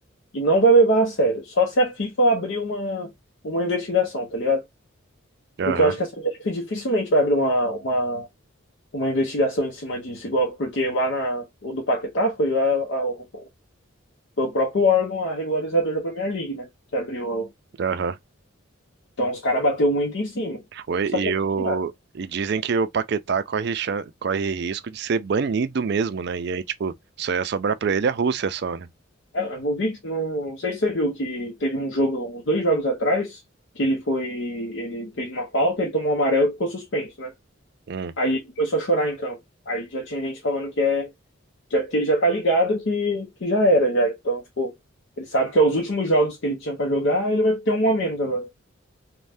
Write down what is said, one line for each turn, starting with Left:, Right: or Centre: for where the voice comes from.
Left: e não vai levar a sério. Só se a FIFA abrir uma, uma investigação, tá ligado?
Right: Aham,
Left: Porque eu acho que a CBF dificilmente vai abrir uma, uma, uma investigação em cima disso, igual porque lá na, o do Paquetá foi, a, a- o- foi o próprio órgão, a regularizador da Premier League, né? Que abriu.
Right: aham.
Left: Então os caras bateu muito em cima.
Right: Foi,
Left: Só
Right: e,
Left: que aqui,
Right: o,
Left: mano,
Right: e dizem que o Paquetá corre, chan- corre risco de ser banido mesmo, né? E aí, tipo, só ia sobrar pra ele a Rússia só, né?
Left: É, eu não vi, que- não, não sei se você viu que teve um jogo, uns dois jogos atrás, que ele foi, ele fez uma falta, ele tomou um amarelo e ficou suspenso, né?
Right: Hum,
Left: Aí ele começou a chorar em campo. Aí já tinha gente falando que é, que é porque ele já tá ligado que, que já era, já. Então, tipo, ele sabe que é os últimos jogos que ele tinha pra jogar, ele vai ter um a menos agora.